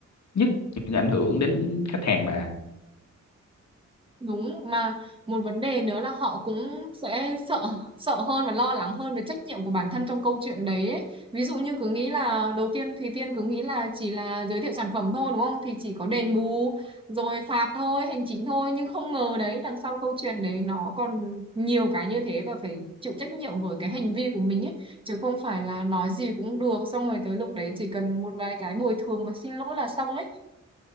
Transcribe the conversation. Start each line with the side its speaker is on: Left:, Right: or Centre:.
Left: nhất những ảnh hưởng đến khách hàng bà
Right: đúng mà một vấn đề nữa là họ cũng sẽ sợ sợ hơn và lo lắng hơn về trách nhiệm của bản thân trong câu chuyện đấy ấy. Ví dụ như cứ nghĩ là đầu tiên Thùy Tiên cứ nghĩ là chỉ là giới thiệu sản phẩm thôi đúng không thì chỉ có đền bù rồi phạt thôi hành chính thôi nhưng không ngờ đấy đằng sau câu chuyện đấy nó còn nhiều cái như thế và phải chịu trách nhiệm với cái hành vi của mình ấy chứ không phải là nói gì cũng được xong rồi tới lúc đấy chỉ cần một vài cái bồi thường và xin lỗi là xong ấy